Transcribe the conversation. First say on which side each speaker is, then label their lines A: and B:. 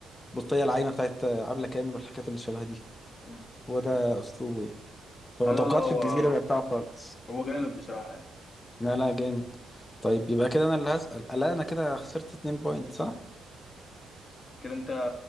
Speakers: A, on the left; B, on the left.
A: بطية العايمة بتاعت عبلة كامل والحاجات اللي شبه دي
B: مم.
A: هو ده أسلوبه يعني فما
B: لا لا
A: توقعتش
B: لا هو
A: الجزيرة <laughs> بقى بتاعه خالص
B: هو جامد بصراحه يعني
A: لا لا جامد طيب يبقى كده أنا اللي هسأل لا أنا كده خسرت 2 بوينت صح؟
B: كده انت